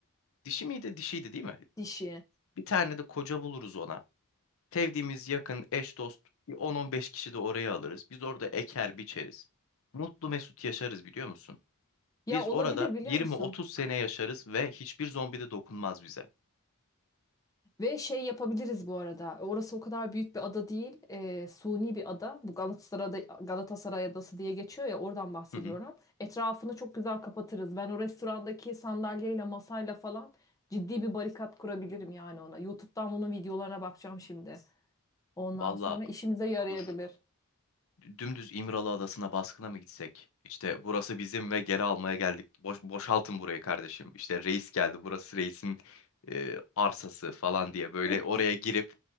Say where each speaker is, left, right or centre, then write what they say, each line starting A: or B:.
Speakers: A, on the left; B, on the left.
A: dişi miydi? Dişiydi değil mi?
B: Dişi.
A: Bir tane de koca buluruz ona. Sevdiğimiz yakın eş dost bir 10-15 kişi de oraya alırız. Biz orada eker biçeriz. Mutlu mesut yaşarız biliyor musun?
B: Ya
A: Biz
B: olabilir
A: orada
B: biliyor
A: 20-30
B: musun?
A: sene yaşarız ve hiçbir zombi de dokunmaz bize.
B: Ve şey yapabiliriz bu arada. E, Orası o kadar büyük bir ada değil. Ee, suni bir ada. Bu Galatasaray'da, Galatasaray Adası diye geçiyor ya oradan bahsediyorum.
A: Hı hı.
B: Etrafını çok güzel kapatırız. Ben o restorandaki sandalyeyle masayla falan ciddi bir barikat kurabilirim yani ona. YouTube'dan bunun videolarına bakacağım şimdi. Ondan
A: Valla
B: sonra işimize yarayabilir.
A: dur. Dümdüz İmralı Adası'na baskına mı gitsek? İşte burası bizim ve geri almaya geldik. Boş, boşaltın burayı kardeşim. İşte reis geldi. Burası reisin e, arsası falan diye böyle
B: <laughs>
A: oraya girip